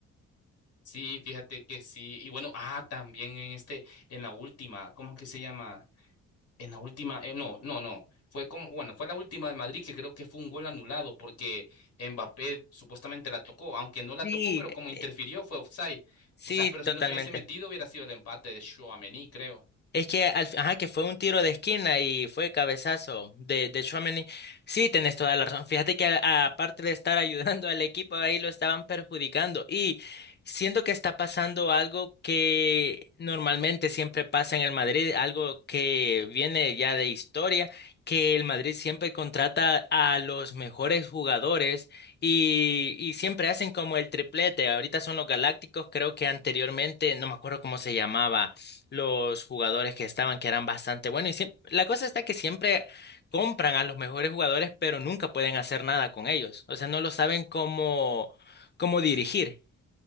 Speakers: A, on the left (about 55°); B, on the left (about 35°).
A: Sí, fíjate que sí. Y bueno, ah, también en este, en la última, ¿cómo que se llama? En la última, eh, no, no, no. Fue como, bueno, fue la última de Madrid que creo que fue un gol anulado porque Mbappé supuestamente la tocó, aunque no la
B: Sí,
A: tocó, pero como
B: eh,
A: interfirió fue offside.
B: sí,
A: O sea, pero si
B: totalmente.
A: no se hubiese metido hubiera sido el empate de Tchouaméni, creo.
B: Es que, al fi- ajá, que fue un tiro de esquina y fue cabezazo de, de Tchouaméni. Sí, tenés toda la razón. Fíjate que a- a- aparte de estar <laughs> ayudando al equipo, ahí lo estaban perjudicando. Y siento que está pasando algo que normalmente siempre pasa en el Madrid, algo que viene ya de historia, que el Madrid siempre contrata a los mejores jugadores y, y siempre hacen como el triplete. Ahorita son los Galácticos, creo que anteriormente, no me acuerdo cómo se llamaba los jugadores que estaban, que eran bastante buenos. Y siem- la cosa está que siempre compran a los mejores jugadores, pero nunca pueden hacer nada con ellos. O sea, no lo saben cómo, cómo dirigir.